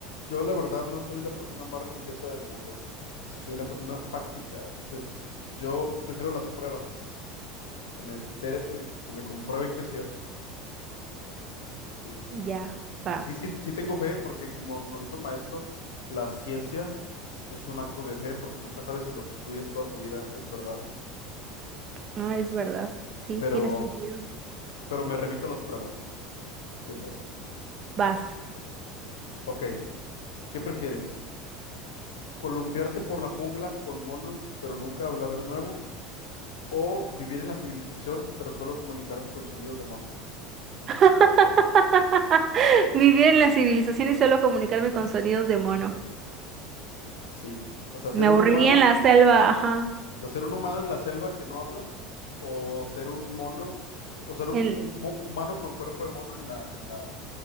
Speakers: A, on the left; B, on the right.
A: yo la verdad no soy la persona más religiosa del mundo. Soy una persona fáctica. Entonces, yo prefiero las pruebas, que me entere- eh, que me comprueben que es cierto. Sí.
B: Ya, va.
A: Sí, sí, sí tengo fe porque como nos dijo el maestro, la ciencia es un acto de fe porque nunca sabes si lo que estudias toda tu vida es verdad,
B: No, es verdad. Sí,
A: pero,
B: tiene sentido.
A: pero me remito a las pruebas, siempre.
B: Vas.
A: Ok, ¿qué prefieres? ¿Columpiarte por la jungla con monos pero nunca hablar de nuevo? ¿O vivir en la civilización pero solo comunicarte con sonidos de mono?
B: <laughs> Vivir en la civilización y solo comunicarme con sonidos de mono.
A: Sí, o sea, ser
B: Me aburriría
A: un humano,
B: en la
A: o
B: selva, ajá.
A: sea, ser un humano en la selva que no habla o ser un mono, o ser un,
B: En-
A: un mo- humano con cuerpo de mono en la, en la